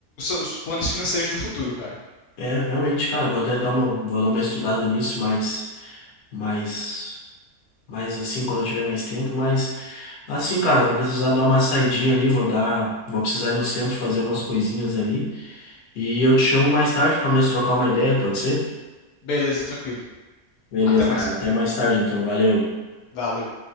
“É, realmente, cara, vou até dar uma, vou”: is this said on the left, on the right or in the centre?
Left